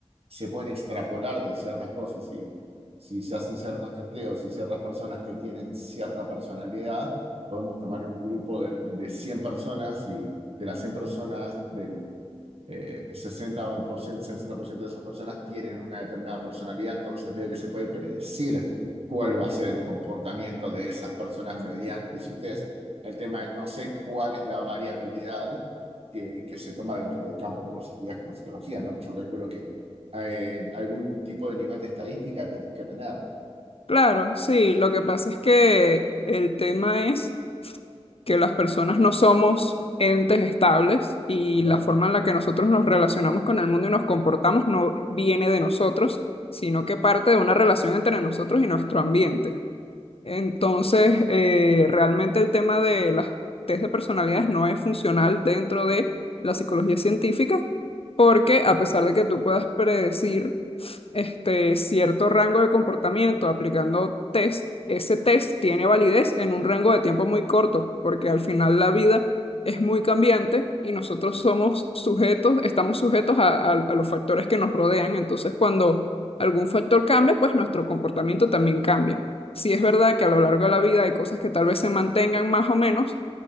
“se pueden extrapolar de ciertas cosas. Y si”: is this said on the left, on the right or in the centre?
Right